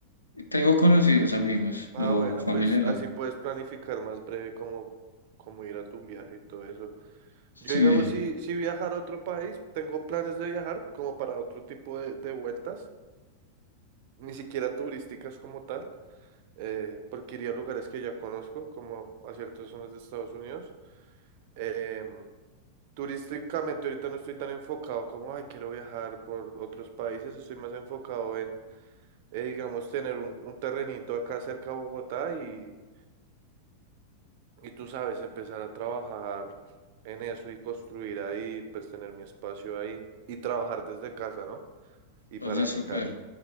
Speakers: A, on the left; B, on the right.
A: tengo conocidos amigos,
B: Ah,
A: no,
B: bueno,
A: familia
B: pues
A: no.
B: así puedes planificar más breve cómo, cómo ir a tu viaje y todo eso.
A: Sí,
B: Yo, digamos, si, si viajar a otro país, tengo planes de viajar como para otro tipo de, de vueltas, ni siquiera turísticas como tal, eh, porque iría a lugares que ya conozco, como a ciertas zonas de Estados Unidos. Em, turísticamente ahorita no estoy tan enfocado como, ay, quiero viajar por otros países, estoy más enfocado en, eh, digamos, tener un, un terrenito acá cerca de Bogotá y Y tú sabes, empezar a trabajar en eso y construir ahí, pues tener mi espacio ahí y trabajar desde casa, ¿no? Y
A: oye,
B: para
A: súper,
B: mi cat.